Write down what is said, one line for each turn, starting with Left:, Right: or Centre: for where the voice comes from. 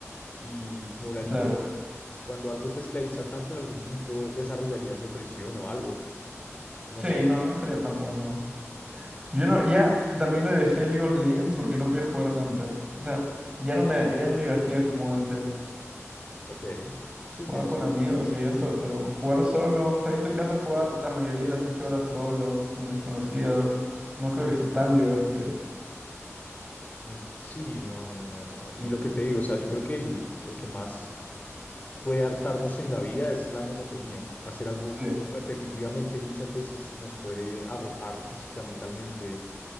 Left: y como la libertad.
Right: Claro.
Left: Pues cuando algo te esclaviza tanto, en algún punto desarrollarías depresión o algo. No
Right: Sí,
Left: sé.
Right: no, no sería tan bueno. Yo no, ya también lo dejé League of Legends porque no podía jugar tanto. O sea, ya no me, ya no me divertía como antes.
Left: Ok. Sí,
Right: Jugaba
Left: tiene
Right: con
Left: sentido.
Right: amigos y eso, pero jugar solo, sabiendo que vas a jugar la mayoría de las ocho horas solo, con desconocidos, no creo que sea tan divertido.
Left: Mm, Sí, no, no, no, no. Y lo que te digo, o sea, yo creo que el- lo que más puede hartarnos en la vida es la monotonía. Hacer algo
Right: Sí,
Left: repetitivamente muchas veces nos puede agotar física, mentalmente.